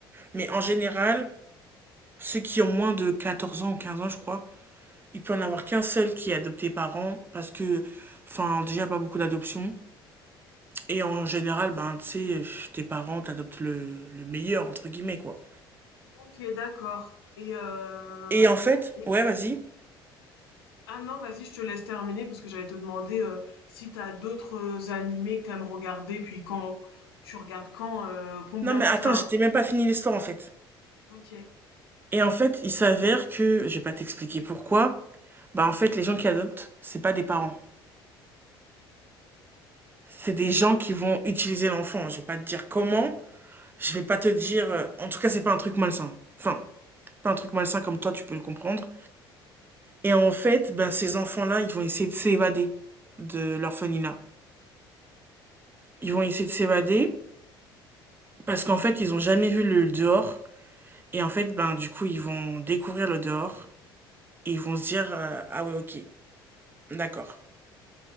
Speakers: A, on the right; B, on the left.
A: Mais en
B: Ok.
A: général, ceux qui ont moins de 14 ans ou 15 ans, je crois, il peut en avoir qu'un seul qui est adopté par an, parce que, enfin, déjà, pas beaucoup d'adoptions. Et en général, ben, tu sais, tes parents t'adoptent le, le meilleur, entre guillemets, quoi.
B: OK, d'accord et heu
A: Et en fait,
B: et
A: ouais, vas-y.
B: ah non, vas-y, je te laisse terminer parce que j'allais te demander, heu, si t'as d'autres, euh, animés que tu aimes regarder, puis quand tu regardes quand, heu, combien
A: Non, mais
B: de
A: attends,
B: enfin,
A: j'étais même pas fini l'histoire, en fait.
B: OK.
A: Et en fait, il s'avère que, je vais pas t'expliquer pourquoi, bah, en fait, les gens qui adoptent, c'est pas des parents. C'est des gens qui vont utiliser l'enfant. Je vais pas te dire comment, je vais pas te dire, euh, en tout cas, c'est pas un truc malsain. Enfin, pas un truc malsain comme toi, tu peux le comprendre. Et en fait, ben, ces enfants-là, ils vont essayer de s'évader de l'orphelinat. Ils vont essayer de s'évader parce qu'en fait, ils ont jamais vu le dehors. Et en fait, ben, du coup, ils vont découvrir le dehors. et ils vont se dire euh, ah ouais ok d'accord